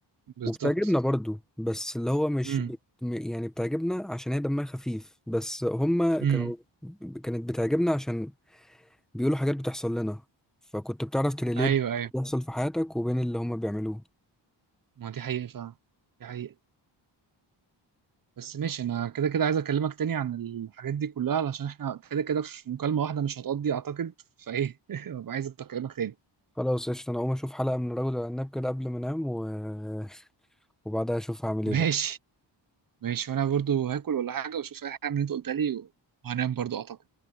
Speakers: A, on the right; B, in the centre.
A: بالظبط
B: وبتعجبنا برضو بس اللي هو مش
A: امم
B: بت... م- يعني بتعجبنا عشان هي دمها خفيف بس هما
A: امم
B: كانوا كانت بتعجبنا عشان بيقولوا حاجات بتحصل لنا فكنت بتعرف تريليت
A: ايوه ايوه
B: بيحصل في حياتك وبين اللي هما بيعملوه
A: ما دي حقيقه فعلا دي حقيقه بس ماشي انا كده كده عايز اكلمك تاني عن الحاجات دي كلها علشان احنا كده كده في مكالمة واحدة مش هتقضي اعتقد فايه <laughs> ببقى عايز اكلمك تاني
B: خلاص قشطة أنا أقوم أشوف حلقة من رجل العناب كده قبل ما أنام و... <laughs> وبعدها أشوف هعمل
A: ماشي
B: إيه بقى
A: ماشي وانا برضو هاكل ولا حاجة واشوف اي حاجة من اللي انت قلتها لي وهنام برضو اعتقد